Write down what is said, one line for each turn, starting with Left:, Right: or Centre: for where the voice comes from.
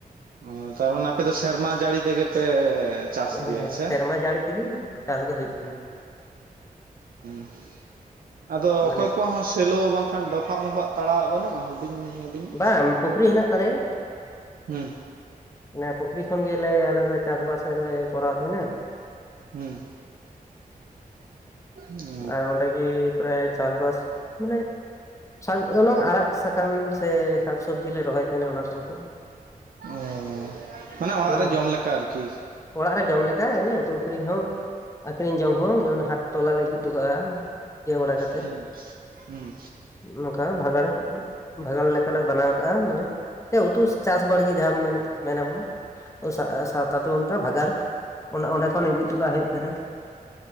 Right: ᱚᱻ ᱛᱟᱨ ᱢᱟᱱᱮ ᱟᱯᱮ ᱫᱚ ᱥᱮᱨᱢᱟ ᱡᱟᱹᱲᱤ ᱛᱮᱜᱮ ᱯᱮ ᱪᱟᱥ
Left: ᱦᱮᱸ
Right: ᱜᱮᱭᱟ ᱥᱮ?
Left: ᱥᱮᱨᱢᱟ ᱡᱟᱹᱲᱤ ᱛᱮᱜᱮ ᱪᱟᱥ ᱫᱚ ᱦᱩᱭᱩᱜ ᱠᱟᱱᱟ᱾
Right: <inaudible> ᱟᱫᱚ
Left: ᱢᱟᱱᱮ
Right: ᱚᱠᱚᱭ ᱠᱚᱣᱟᱜ ᱦᱚᱸ ᱥᱮᱞᱚ ᱵᱟᱝ ᱠᱷᱟᱱ ᱰᱚᱵᱟᱜ ᱢᱚᱵᱷᱟᱜ ᱛᱟᱲᱟᱣᱟᱜ ᱵᱟᱹᱱᱩᱜᱼᱟ ᱦᱩᱰᱤᱧ ᱦᱩᱰᱤᱧ?
Left: ᱵᱟᱝ ᱯᱩᱠᱷᱨᱤ ᱦᱮᱱᱟᱜ ᱛᱟᱞᱮᱭᱟ᱾
Right: ᱦᱩᱸ᱾
Left: ᱚᱱᱟ ᱯᱩᱠᱷᱨᱤ ᱠᱷᱚᱱ ᱜᱮᱞᱮ ᱟᱞᱮ ᱫᱚ ᱪᱟᱥ ᱵᱟᱥ ᱞᱮ ᱠᱚᱨᱟᱣ ᱛᱟᱦᱮᱸᱱᱟ᱾
Right: ᱦᱩᱸ᱾ <inaudible>
Left: ᱟᱨ ᱚᱸᱰᱮ ᱜᱮ ᱯᱨᱟᱭ ᱪᱟᱥᱵᱟᱥ ᱢᱟᱱᱮ, <inaudible> ᱟᱲᱟᱜ ᱥᱟᱠᱟᱢ ᱥᱮ ᱥᱟᱠ-ᱥᱚᱵᱽᱡᱤ ᱞᱮ ᱨᱚᱦᱚᱭ ᱛᱟᱦᱮᱸᱱᱟ ᱚᱱᱟ ᱠᱷᱚᱱ <inaudible>
Right: ᱚᱻ ᱢᱟᱱᱮ ᱚᱲᱟᱜ
Left: ᱦᱩᱸ
Right: ᱨᱮ ᱡᱚᱢ ᱞᱮᱠᱟ ᱟᱨᱠᱤ᱾
Left: ᱚᱲᱟᱜ ᱨᱮ ᱡᱚᱢ ᱞᱮᱠᱟ ᱮᱱᱮ ᱩᱛᱩ ᱟᱹᱠᱷᱨᱤᱧ ᱦᱚᱸ ᱟᱠᱷᱨᱤᱧ ᱡᱚᱢ ᱦᱚᱸ ᱡᱮᱢᱚᱱ ᱦᱟᱴ ᱛᱚᱞᱟ ᱞᱮ ᱤᱫᱤ ᱦᱚᱴᱚ ᱠᱟᱜᱼᱟ᱾ ᱤᱭᱟᱹ ᱵᱟᱲᱟ ᱠᱟᱛᱮ᱾
Right: ᱦᱩᱸ ᱦᱩᱸ
Left: ᱱᱚᱝᱠᱟ ᱵᱷᱟᱜᱟᱲ ᱵᱷᱟᱜᱟᱲ ᱞᱮᱠᱟᱞᱟᱝ ᱵᱮᱱᱟᱣ ᱠᱟᱜᱼᱟ ᱢᱟᱱᱮ᱾ ᱩᱛᱩ ᱪᱟᱥ ᱵᱟᱲᱜᱮ ᱡᱟᱦᱟᱸ ᱢᱮᱱᱟ ᱢᱮᱱ ᱟᱵᱚᱱ ᱾ ᱚ ᱥᱟᱣ ᱥᱟᱣᱛᱟ ᱛᱚᱱᱛᱥ ᱵᱷᱟᱜᱟᱨ ᱚᱱᱟ ᱚᱸᱰᱮ ᱠᱷᱚᱱ ᱤᱫᱤ ᱦᱚᱴᱚ ᱠᱟᱜ ᱦᱩᱭᱩᱜ ᱛᱟᱦᱮᱱᱟ᱾